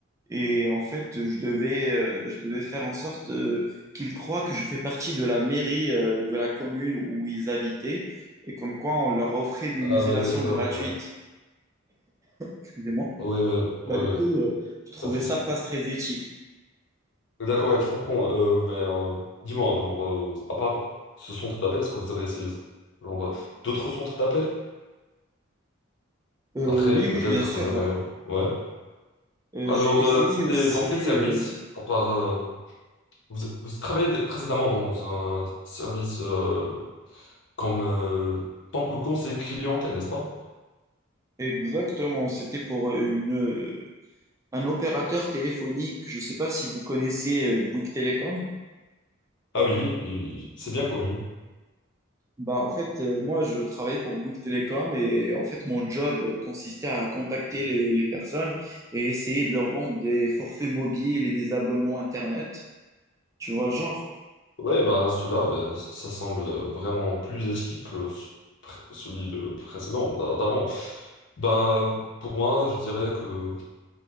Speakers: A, on the right; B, on the left.
A: Et en fait, je devais, euh, je devais faire en sorte euh, qu'ils croient que je fais partie de la mairie euh, de la commune où ils habitaient et comme quoi on leur offrait une
B: Ah
A: isolation
B: ouais, d'accord,
A: gratuite.
B: ouais.
A: Excusez-moi.
B: Ouais, ouais,
A: Bah,
B: ouais,
A: du coup,
B: ouais,
A: euh, je trouvais
B: pas de souci.
A: ça pas très éthique.
B: D'accord, ouais, je comprends. euh, mais euh, dis-moi, genre, euh, à part ce centre d'appel, est-ce que vous avez essayé ça genre, euh, d'autres centres d'appel?
A: Euh,
B: Après,
A: oui, oui,
B: peut-être
A: bien sûr.
B: vous avez...
A: euh,
B: Ouais.
A: Euh,
B: Alors,
A: j'ai essayé
B: euh, c'était
A: aussi,
B: dans quel service,
A: euh,
B: à part... euh, Vous, vous travaillez d- précédemment dans un service euh, comme euh, tant que conseiller clientèle, n'est-ce pas?
A: exactement, c'était pour euh, une, euh, un opérateur téléphonique. Je ne sais pas si vous connaissez euh, Bouygues Télécom.
B: Ah oui, oui, oui, c'est bien connu.
A: Bah, en fait, euh, moi, je travaillais pour Bouygues Télécom et en fait, mon job consistait à contacter les, les personnes et essayer de leur vendre des forfaits mobiles et des abonnements Internet. Tu vois le genre?
B: Ouais, ben cela, ben, ça semble vraiment plus éthique que ce- pré- celui de précédent, d'a- d'avant. Ben, pour moi, je dirais que,